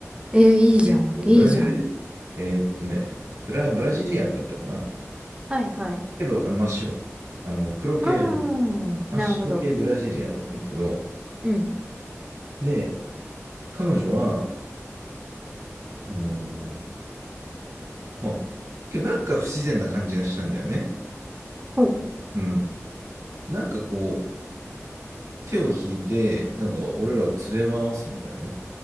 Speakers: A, on the right; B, on the right.
A: ええー、いいじゃん、
B: えっと、
A: いいじゃん。
B: ブラジル、えーっとね、ブラ、ブラジリアンだったかな
A: はい、はい。
B: けど、あ真っ白。あの、黒系じゃない。
A: ああ、
B: 真っ白系ブラジリアンだったんだけど、
A: なるほど。うん。
B: で、彼女は、あのーまあ、けどなんか不自然な感じがしたんだよね。
A: ほう
B: うん。なんかこう、手を引いて、なんか俺らを連れ回すんだよね。